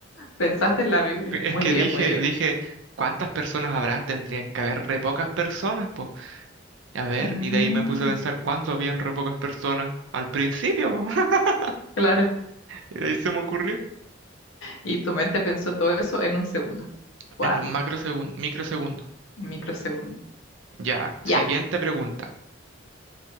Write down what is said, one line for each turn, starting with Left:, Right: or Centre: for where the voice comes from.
Left: Pensaste en la Biblia.
Right: Es
Left: Muy
Right: que
Left: bien,
Right: dije,
Left: muy bien.
Right: dije, ¿cuántas personas habrán? Tendrían que haber re pocas personas, pues. A ver,
Left: Ah,
Right: y de ahí me puse a pensar cuándo habían re pocas personas al principio, po. <laughs>
Left: claro.
Right: Y de ahí se me ocurrió
Left: Y tu mente pensó todo eso en un segundo. Cuático,
Right: en un macrosegundo, microsegundo.
Left: un microsegundo.
Right: Ya, siguiente
Left: Ya,
Right: pregunta.